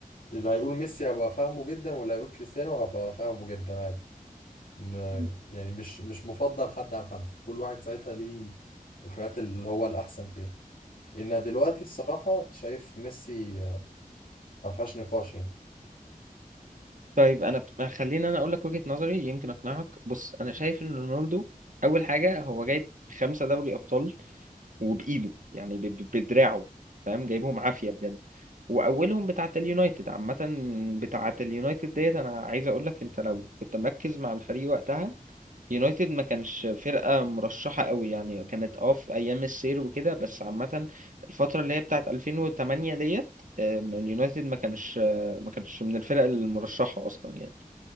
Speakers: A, on the left (about 70°); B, on the right (about 60°).
A: اللي هيقول ميسي هبقى فاهمه جدا واللي هيقول كريستيانو هبقى فاهمه جدا عادي ما-
B: الإصابة
A: يعني مش مش مفضل حد عن حد كل واحد ساعتها ليه الحاجات اللي هو الأحسن فيها إن دلوقتي الصراحة شايف ميسي آه، ما فيهاش نقاش يعني
B: طيب انا ب- خليني انا اقول لك وجهة نظري يمكن اقنعك بص انا شايف ان رونالدو اول حاجة هو جايب خمسة دوري ابطال وبايده يعني ب- ب- بدراعه فاهم جايبهم عافية بجد واولهم بتاعة اليونايتد عامة بتاعة اليونايتد ديت انا عايز اقول لك انت لو كنت مركز مع الفريق وقتها يونايتد ما كانش فرقة مرشحة قوي يعني كانت اه في ايام السير وكده بس عامة الفترة اللي هي بتاعة 2008 ديت آم، اليونايتد ما كانش آه، ما كانش من الفرق المرشحة اصلا يعني